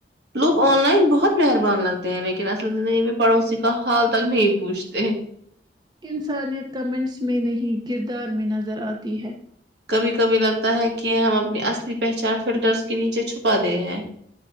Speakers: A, on the right; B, on the right.
A: لوگ آن لائن بہت مہربان لگتے ہیں لیکن اصل زندگی میں پڑوسی کا حال تک نہیں پوچھتے ہیں
B: انسانیت کمنٹس میں نہیں کردار میں نظر آتی ہے
A: کبھی کبھی لگتا ہے کہ ہم اپنی اصلی پہچان فلٹرس کے نیچے چھپا دے ہیں